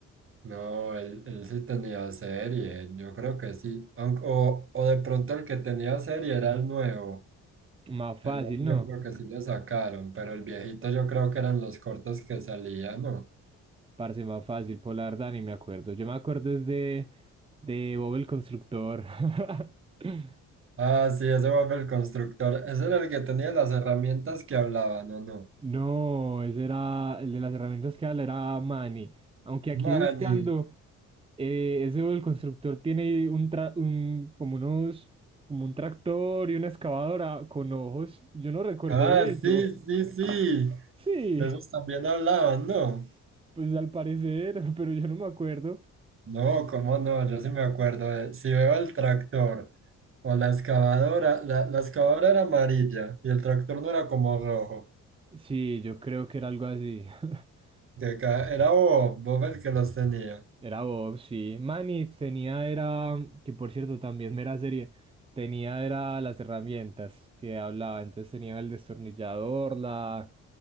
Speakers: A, on the right; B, on the right.
A: No, él, él sí tenía serie, yo creo que sí. Aunque- O, o de pronto el que tenía serie era el nuevo.
B: Más fácil,
A: El nuevo yo
B: ¿no?
A: creo que sí le sacaron, pero el viejito yo creo que eran los cortos que salían, ¿no?
B: Parce, más fácil, por la verdad ni me acuerdo. Yo me acuerdo es de, de Bob el Constructor. <laughs>
A: Ah, sí, ese Bob el Constructor. Ese era el que tenía las herramientas que hablaban, ¿o no?
B: No, ese era el de las herramientas que habla, era Manny. Aunque aquí
A: Manny.
B: buscando, eh, ese el constructor tiene un, tra- un como unos, como un tractor y una excavadora con ojos. Yo no recuerdo
A: Ah,
B: de eso.
A: sí, sí, sí.
B: Sí,
A: De esos también hablaban, ¿no?
B: pues al parecer, <laughs> pero yo no me acuerdo.
A: No, cómo no, yo sí me acuerdo. de- si veo el tractor o la excavadora, la, la excavadora era amarilla y el tractor no era como rojo.
B: Sí, yo creo que era algo así. <laughs>
A: Que ca- era Bob, Bob el que los tenía.
B: Era Bob, sí. Manny tenía, era, que por cierto también era serie, tenía, era las herramientas que hablaba. Entonces tenía el destornillador, la,